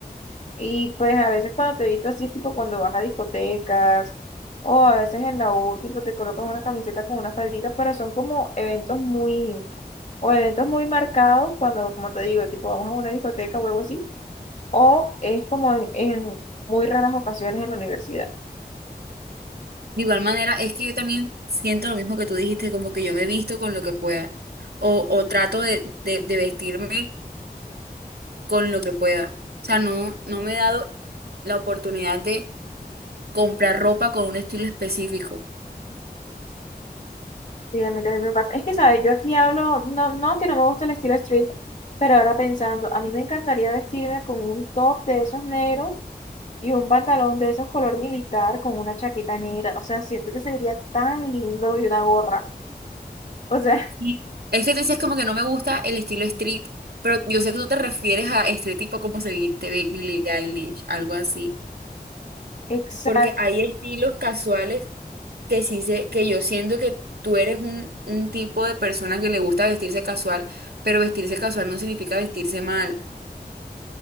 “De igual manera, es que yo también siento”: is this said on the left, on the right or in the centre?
Right